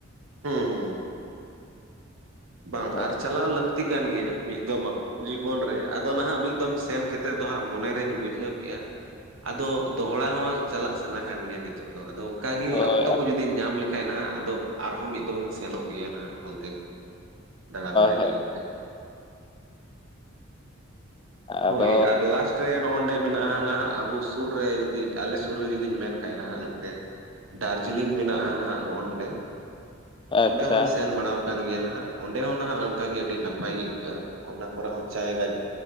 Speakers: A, on the right; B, on the left.
A: ᱦᱩᱸ ᱦᱩᱸ ᱵᱟᱝ
B: ᱦᱳᱭ
A: ᱟᱨ ᱪᱟᱞᱟᱣ ᱞᱟᱹᱠᱛᱤ ᱠᱟᱱ ᱜᱮᱭᱟ ᱢᱤᱫ ᱫᱚᱢ ᱡᱤᱵᱚᱱ ᱨᱮ ᱟᱫᱚ ᱱᱟ-ᱦᱟᱸᱜ ᱢᱤᱫ ᱫᱚᱢ ᱥᱮᱱ ᱠᱟᱛᱮᱫ ᱫᱚ ᱦᱟᱸᱜ ᱢᱚᱱᱮᱨᱤᱧ ᱵᱩᱡᱷᱟᱹᱣ ᱠᱮᱜᱼᱟ ᱟᱫᱚ ᱫᱚᱦᱲᱟ ᱦᱚᱸ ᱪᱟᱞᱟᱜ ᱥᱟᱱᱟ ᱠᱟᱱ ᱜᱮᱭᱟ ᱱᱤᱛᱳᱜ ᱫᱚ ᱟᱫᱚ ᱚᱱᱠᱟ ᱜᱮ
B: ᱦᱳᱭ
A: ᱚᱠᱛᱚ ᱠᱚ ᱡᱩᱫᱤ ᱫᱤᱧ ᱧᱟᱢ ᱞᱮᱠᱷᱟᱡ ᱱᱟ-ᱦᱟᱸᱜ ᱟᱫᱚ ᱟᱨᱦᱚᱸ ᱢᱤᱫ ᱫᱚᱢ ᱤᱧ ᱥᱮᱱᱚᱜ ᱜᱮᱭᱟ ᱱᱟ-ᱦᱟᱸᱜ ᱚᱱᱛᱮ ᱫᱟᱬᱟ ᱵᱟᱲᱟᱭ
B: ᱦᱳᱭ
A: ᱞᱟᱹᱜᱤᱫ ᱛᱮ ᱾
B: ᱟᱫᱚ
A: ᱦᱳᱭ ᱟᱨ ᱞᱟᱥᱴ ᱨᱮ ᱱᱚᱜ ᱚᱸᱰᱮ ᱢᱮᱱᱟᱜᱼᱟ ᱱᱟᱦᱟᱜ ᱟᱵᱚ ᱥᱩᱨ ᱨᱮ ᱡᱩᱫᱤ ᱟᱞᱮ ᱥᱩᱨ ᱨᱮ ᱡᱩᱫᱤ ᱢᱮᱱ ᱠᱷᱟᱡ ᱱᱟᱦᱟᱜ ᱱᱚᱛᱮ ᱾ ᱫᱟᱨᱡᱤᱞᱤᱝ ᱢᱮᱱᱟᱜᱼᱟ ᱱᱟᱦᱟᱜ ᱱᱚᱜᱼ ᱱᱚᱰᱮ
B: ᱟᱪᱪᱷᱟ
A: ᱚᱸᱰᱮ ᱦᱚᱧ ᱥᱮᱱ ᱵᱟᱲᱟᱣ ᱠᱟᱱ ᱜᱮᱭᱟ ᱱᱟᱦᱟᱜ ᱚᱸᱰᱮ ᱦᱚᱸ ᱱᱟᱦᱟᱜ ᱚᱱᱠᱟ ᱜᱮ ᱟᱹᱰᱤ ᱱᱟᱯᱟᱭ ᱜᱮ ᱟᱹᱭᱠᱟᱹᱜᱼᱟ, ᱚᱱᱟ ᱠᱚᱨᱮ ᱦᱚᱸ ᱪᱟᱭ ᱜᱟᱡ